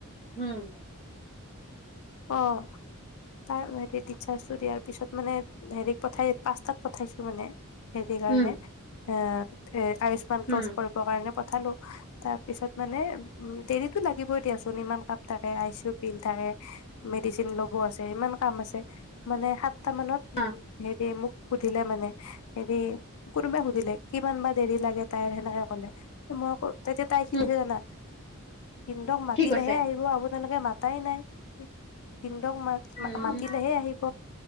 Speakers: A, on the left (about 25°); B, on the left (about 65°).
A: উম
B: অ' <unintelligible> পিছত মানে, হেৰি পঠাই, পাঁচটাত পঠাইছো মানে। <unintelligible> কাৰণে?
A: উম
B: অ'! এ' আয়ুস্মান ক্ৰচ
A: উম
B: কৰিবৰ কাৰণে উঠালো, তাৰ পিছত মানে, উ! দেৰিতো লাগিবই দিয়াচোন, ইমান কাম থাকে। আইচিউ বিল থাকে। মেডিচিন ল'ব আছে। ইমান কাম আছে, মানে সাতটা মানত উ!
A: অ
B: হেৰি মোক সুধিলে মানে হেৰি, কোনোবাই সুধিলে, কিমান বা দেৰি লাগে? তাই সেনেকে কলে, মই তেতিয়া, তাই কি
A: উম
B: কৈছে জানা পিন্ধক মাতিলেহে
A: কি কৈছে
B: আহিব আবোদালৈকে মাত তাই নাই উম
A: উম
B: মাতিলেহে আহিব